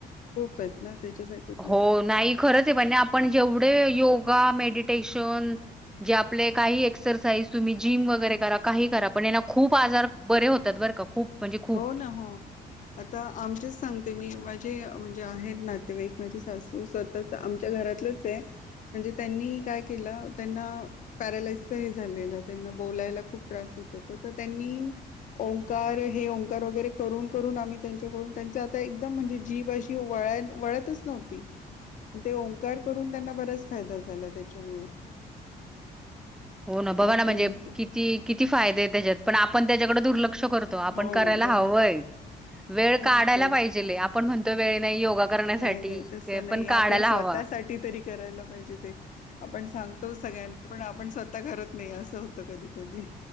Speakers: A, on the left; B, in the centre.
A: खूप आहेत ना, त्याच्यासाठी
B: हो
A: पण.
B: नाही खरच आहे, म्हणजे आपण जेवढे योगा, मेडिटेशन जे आपले काही एक्सरसाईज तुम्ही जिम वगैरे करा, काही करा, पण यान खूप आजार बरे होत तात, बर का खूप. म्हणजे खूप
A: हो ना, हो. आता आमचेच सांगते मी, माझे म्हणजे आहेत नातेवाईक माझी सासू स्वतःच आमच्या घरातलंच आहे, म्हणजे त्यांनी काय केलं त्यांना पॅरालाइसच हे झालेलं, त्यांना बोलायला खूप त्रास होत, तर त्यांनी ओंकारेश् हे ओंकार वगैरे करून, करून आम्ही त्यांच्याकडून त्यांचं आता एकदम म्हणजे, जीभ अशी वळाय वळतच नव्ह ती आणि ओंकार करून त्यांना बराच फायदा झाला, त्याच्यामुळे.
B: हो ना, बघा
A: ओंकाराच
B: ना म्हणजे, किती, किती फायदे त्याच्यात पण आपण त्याच्याकडे दुर्लक्ष करतो. तो आप
A: हो
B: करायला
A: ना ते
B: हवय, वेळ
A: खरंच
B: काढायला
A: आहे.
B: पाहिजेल आपण म्हणतोय वेळ नाही ये. योगा करण्यासाठी
A: नाही नाही तसं
B: ते
A: नाही.
B: पण काढायला
A: आपल्या स्वतःसाठी
B: हवा.
A: तरी करायला पाहिजे ते. आपण सांगतो सगळ्यांना पण, आपण स्वतः करत नाही असं होतं कधी कधी.